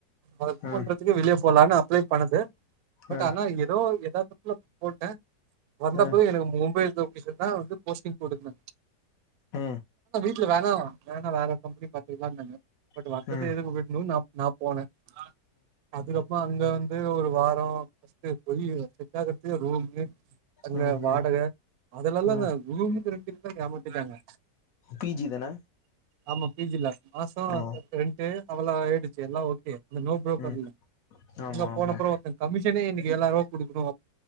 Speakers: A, on the right; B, on the left.
A: இது
B: ஆ
A: பண்றதுக்கு வெளிய போலனு பண்ணுது பட்
B: ஆ
A: ஆனா எதோ ஏதாவது போட்டே வந்தப்பவே
B: ஆ
A: எனக்கு மொபைல் வந்து போஸ்டிங் போடுங்க
B: ஆ
A: விட்று வேணா நானா வேற கம்பனி பாத்துக்லா நெனக்கே பட்
B: ஆ
A: வந்தத எதுக்கு விடனும் நம் நா போனேன் அதுக்கப்றோ அங்க வந்து ஒரு வாரம் <unintelligible> ரூம்க்கு அங்க
B: ஆ ஆ
A: வாடக அது நால
B: ஆ ஆ
A: நா <unintelligible> எமாத்திராங்க
B: பி ஜி தான
A: ஆமா பிஜில மாசம்
B: ஆ
A: ரெண்டு அவலம் அயி எல்ல ஓகே இந்த நோ பரோக்கர்
B: ம்
A: இல்ல
B: ஆமா
A: அங்க போனா
B: ஆமா
A: அப்றோ கமிஷனே இன்னைக்கு ஏழாயிரம் குடுக்குறோ